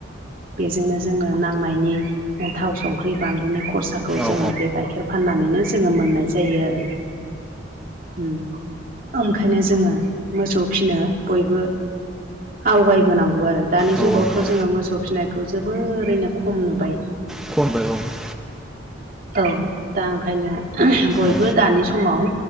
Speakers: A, on the right; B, in the centre.
A: बेजोंनो जोंनो नांनायनि थाव संख्रि बानलुनि खरसा खौ
B: औ
A: जोङो बे गाइखेर फाननानैनो जोङो मोननाय जायो आरो उम ओंखायनो जोङो मोसौ फिनो बयबो आवगायबोनांगौ आरो दानि
B: औ
A: जुगावथ'
B: औ
A: जोंङो मोसौ फिनायखौ जोबोरैनो खम नुबाय।
B: <unintelligible>
A: औ दा ओंखायनो बयबो
B: औ
A: दानि समाव